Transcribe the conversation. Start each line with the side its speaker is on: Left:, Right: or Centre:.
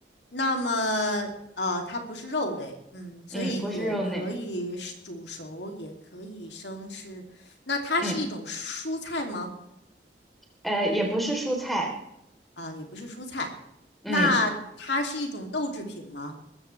Left: 那么，呃，它不是肉类，嗯，所以也可以是煮熟，
Centre: 嗯，不是肉类，
Left: 也可以生吃。那它是一种蔬菜吗？
Centre: 嗯，呃，也不是蔬菜，
Left: 啊，也不是蔬菜。
Centre: 嗯，
Left: 那它是一种豆制品吗？